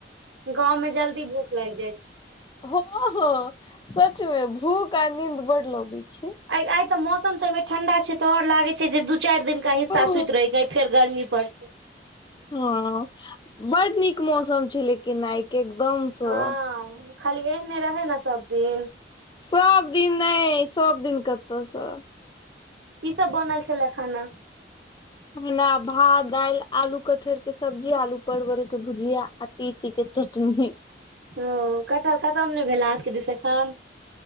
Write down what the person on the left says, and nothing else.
हँ हँ सच मे भूख आ नींद बड़ लगै छै।
हँ
हँ बड नीक मौसम छैे लेकिन आइ के एकदमसँ।
सब दिन नहि सब दिन कतऽसँ।
हमना भात दालि आलू कठहर के सब्जी आलू परवर के भुजिया। तीसी के चटनी।